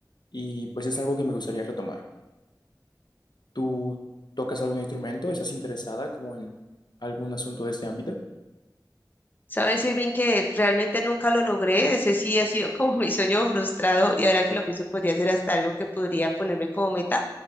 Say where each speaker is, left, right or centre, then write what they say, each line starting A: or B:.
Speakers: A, on the left; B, on the left.
A: y pues es algo que me gustaría retomar. ¿Tú tocas algún instrumento? ¿Estás interesada como en algún asunto de este ámbito?
B: Sabes, Irving, que realmente nunca lo logré. Ese sí ha sido como <laughs> mi sueño frustrado y ahora que lo pienso podría ser hasta algo que podría ponerme como meta.